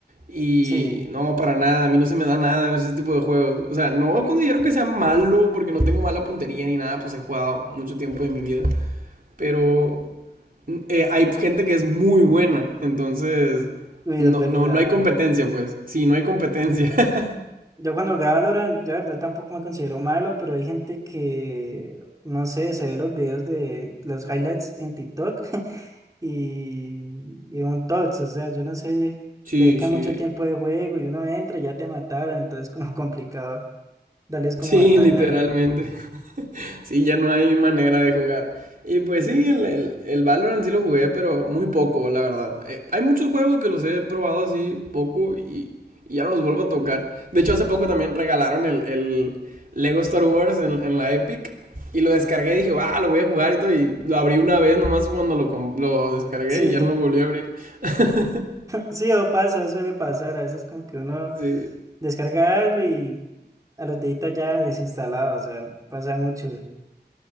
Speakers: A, on the right; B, on the right.
A: Y
B: Sí,
A: no, para nada, a mí no se me da nada en ese tipo de juegos. O sea, no considero que sea malo porque no tengo mala puntería ni nada, pues he jugado mucho tiempo de mi vida. Pero eh, hay gente que es muy buena, entonces
B: uy,
A: no,
B: es verdad.
A: no, no hay competencia, pues. Sí, no hay competencia. <laughs>
B: Yo cuando jugaba Valorant, yo la verdad tampoco me considero malo, pero hay gente que, no sé, se ve los videos de los highlights en TikTok <laughs> y, y un tots, o sea, yo no sé,
A: sí,
B: le dedican
A: sí.
B: mucho tiempo de juego y uno entra y ya te mataron, entonces como <laughs> complicado darles como
A: Sí,
B: batalla.
A: literalmente. Sí, ya no hay manera de jugar. Y pues sí, el, el, el Valorant sí lo jugué, pero muy poco, la verdad. Eh, hay muchos juegos que los he probado así poco y, y ya no los vuelvo a tocar. De hecho, hace poco también regalaron el, el Lego Star Wars en, en la Epic. Y lo descargué y dije, ah, lo voy a jugar y todo. Y lo abrí una vez nomás cuando lo, com- lo descargué
B: Sí.
A: y ya no lo volví a abrir. <laughs>
B: Sí, o pasa, suele pasar. A veces como que uno
A: Sí.
B: descarga algo y a los deditos ya desinstalado, o sea, pasa mucho.